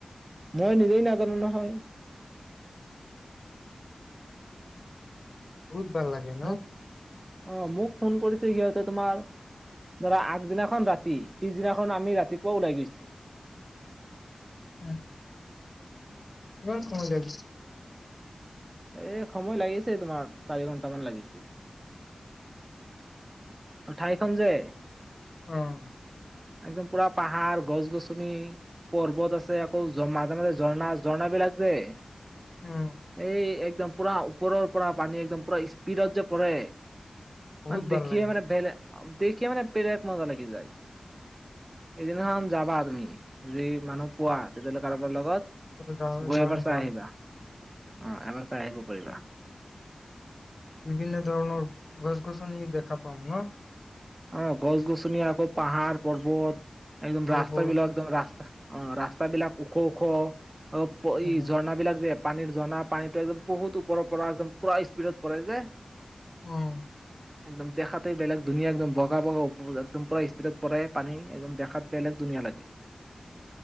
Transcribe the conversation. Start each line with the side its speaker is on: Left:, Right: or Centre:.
Right: মই নিজেই নাজানো নহয়।
Left: বহুত ভাল লাগে ন'।
Right: মোক অ', মোক ফোন কৰিছে সিহঁত তোমাৰ ধৰা আগদিনাখন ৰাতি পিছদিনাখন আমি ৰাতিপুৱা ওলাই গৈছো।
Left: উম। ইমান কম টাইম?
Right: এ সময় লাগিছে তোমাৰ চাৰি ঘণ্টামান লাগিছে। অ', ঠাইখন যে
Left: অ'।
Right: একদম পুৰা পাহাৰ গছ গছনি। পৰ্বত আছে আকৌ মাজে মাজে ঝৰ্ণা ঝৰ্ণাবিলাক যে।
Left: উম
Right: এই একদম পুৰা ওপৰৰ পৰা পানী একদম পুৰা স্পীডত যে পৰে।
Left: বহুত
Right: মান
Left: ভাল
Right: দেখিয়ে
Left: লাগে
Right: মানে বেলেগ দেখিয়ে মানে বেলেগ মজা লাগি যায়। সেইদিনাখন যাবা তুমি যদি মানুহ তেতিয়াহ'লে লগত।
Left: যাম
Right: গৈ
Left: যাম
Right: এবাৰ চাই
Left: যাম।
Right: আহিবা অ' এবাৰ চাই আহিব
Left: এদিকে
Right: পাৰিবা।
Left: বিভিন্ন ধৰণৰ গছ গছনি দেখা পাম ন।
Right: অ' গছ-গছনি আকৌ পাহাৰ পৰ্বত একদম
Left: পৰ্বত
Right: ৰাস্তা বিলাক একদম ৰাস্তা অ' ৰাস্তাবিলাক ওখ ওখ অ'
Left: উম,
Right: ঝৰ্ণা বিলাক যে পানীৰ ঝৰ্ণা পানীটো একদম বহুত ওপৰৰ পৰা একদম পুৰা স্পীডত পৰে যে
Left: অ'
Right: একদম দেখাতে বেলেগ ধুনীয়া একদম বগা একদম <unintelligible> পূৰা স্পীডত পৰে পানী একদম বেলেগ ধুনীয়া লাগে